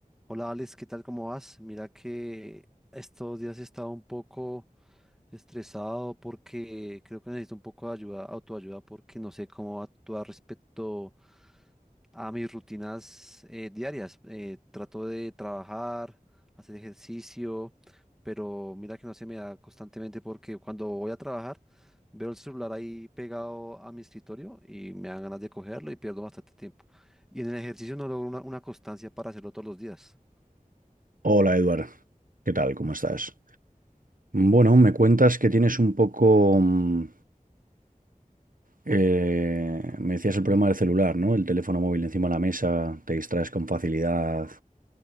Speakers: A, in the centre; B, on the right (about 70°).
A: Hola Alex, ¿qué tal? ¿Cómo vas? Mira que estos días he estado un poco estresado porque creo que necesito un poco de ayuda, autoayuda, porque no sé cómo actuar respecto a mis rutinas eh, diarias. Eh, trato de trabajar, hacer ejercicio, pero mira que no se me da constantemente porque cuando voy a trabajar veo el celular ahí pegado a mi escritorio y me dan ganas de cogerlo y pierdo bastante tiempo. Y en el ejercicio no logro una una constancia para hacerlo todos los días.
B: Hola Eduard, ¿qué tal? ¿Cómo estás? Bueno, me cuentas que tienes un poco... mm, eh, me decías el problema del celular, ¿no? El teléfono móvil encima de la mesa, te distraes con facilidad